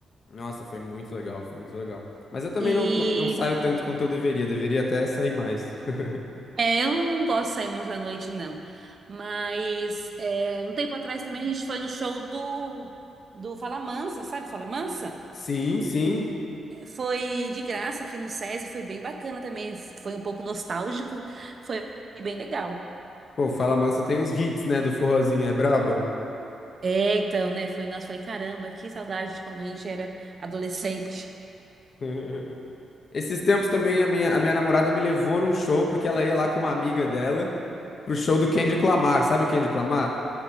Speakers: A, on the left; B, on the right.
A: Nossa, foi muito legal, foi muito legal. Mas eu também
B: E
A: não, não, não saio tanto quanto eu deveria, deveria até sair mais. <laughs>
B: é, eu não gosto de sair muito à noite, não. Mas é, um tempo atrás também a gente foi no show do, do Falamansa, sabe Falamansa?
A: Sim, sim.
B: Foi de graça aqui no SESI, foi bem bacana também. Foi um pouco nostálgico, foi bem legal.
A: Pô, Fala Mansa tem uns hits, né, do forrozinho, é brabo?
B: É, então, né? Foi, nossa, falei, caramba, que saudade de quando a gente era adolescente.
A: <laughs> Esses tempos também a minha, a minha namorada me levou num show, porque ela ia lá com uma amiga dela, pro show do Kendrick Lamar, sabe o Kendrick Lamar?